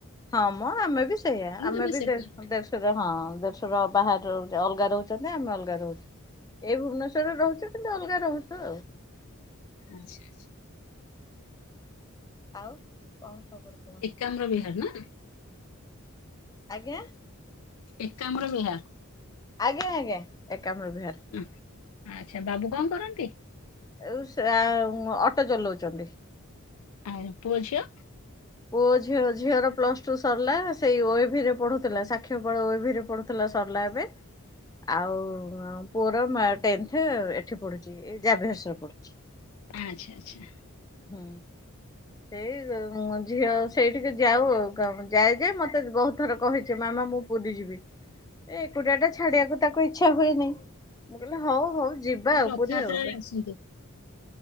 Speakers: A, on the left (about 15°); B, on the left (about 90°).
A: ହଁ ମଁ ଆମେ ବି ସେଇଆ ଆମେ
B: ଏବେ
A: ବି
B: ସେପାରେଟ
A: ଦେଢ଼ ଶୁର ଶୁର ହଁ ଦେରଶୁର ବାହାରେ ଅଲଗା ରୋହୁଚନ୍ତି ଆମେ ଅଲଗା ରୋହୁଚୁ। ଏଇ ଭୁବନେଶ୍ୱରରେ ରୋହୁଚ କିନ୍ତୁ ଅଲଗା ରୋହୁଚ ଆଉ।
B: ଆଚ୍ଛା ଆଚ୍ଛା
A: ଆଉ କଣ ଖବର କହ।
B: କାମ୍ର ବିହାର ନା।
A: ଆଜ୍ଞା।
B: ଏକାମର ବହାର।
A: ଆଜ୍ଞା ଆଜ୍ଞା ଏକାମର ବିହାର।
B: ଉଁ ଆଚ୍ଛା ବାବୁ କଣ କରନ୍ତି।
A: ଏଉ ସେ ଆଉ ଅଟୋ ଚଲୋଉଚନ୍ତି।
B: ଆ ପୁଅ ଝିଅ।
A: ପୁଅ ଝିଅର ଝିଅର ପ୍ଲସଟୁ ସରିଲା ସେଇ ଓଏ ଭିି ରେ ପଢୁଥିଲା ସାକ୍ଷୀ ଗୋପାଳ ଓଏ ଭିି ରେ ପଢୁ ଥିଲା ସରିଲା ଏବେ ଆଉ ପୁଅର ମା ଟେନ୍ଥେ ଏଠି ପଢୁଚି। ଏଇ ଯାଭିୟରସ୍ସରେ ପଢୁଚି।
B: ଆଚ୍ଛା ଆଚ୍ଛା।
A: ହୁଁ। ସେଇ ମୁଁ ଝିଅ ସେଇଟିକି
B: ଏଇ
A: ଯାଉ କ ଯାଏ ଯେ ମତେ ବହୁତ ଥର କହିଚି ମାମା ମୁଁ ପୁରୀ ଯିବି ଏକୁଟିଆ ଟା ଛାଡିବାକୁ ତାକୁ ଇଚ୍ଛା ହୁଏନି। ମୁଁ କହିଲି ହଉ ହଉ ଯିବା
B: ରଥଯାତ୍ରାରେ
A: ପୁରୀ ଆଉ ଏବେ।
B: ଆସନ୍ତୁ